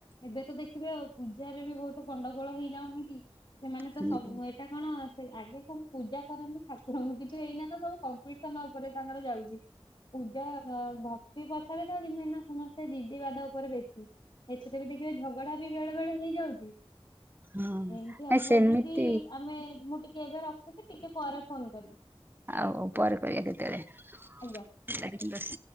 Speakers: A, on the left; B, on the right.
A: ଏବେ ତ ଦେଖିବେ ପୂଜାରେ ବି ବହୁତ ଗଣ୍ଡଗୋଳ ହେଇଯାଉନିକି। ସେମାନେ
B: ଟା।
A: ତ ସବୁ ଏଇଟା କଣ ସେ ଆଗେ ସବୁ ପୂଜା କରନ୍ତି ଠାକୁରଙ୍କୁ କିନ୍ତୁ ଏଇନା ତ ସବୁ କମ୍ପିଟିସନ ଉପରେ ତାଙ୍କର ଯାଉଛି। ପୂଜା ଭ ଭକ୍ତି ପଛରେ ଥାଉ କିନ୍ତୁ ଏଇନା ସମସ୍ତେ ଜିଦିିବାଦ ଉପରେ ବେଶି ଏଥିରେ ବି ଦେଖିବେ ଝଗଡା ବି ବେଳେ ବେଳେ ହେଇଯାଉଛି।
B: ହଁ
A: ଏମିତି
B: ନାଇଁ
A: ଆଉ
B: ସେମିତି
A: ହଉ ଦିଦି ଆମେ ମୁଁ ଟିକେ ଏବେ ରଖୁଛି ଟିକେ ପରେ ଫୋନ କରିବି।
B: ଆଉ ପରେ କରିବା କେତେବେଳେ?
A: ଆଜ୍ଞା।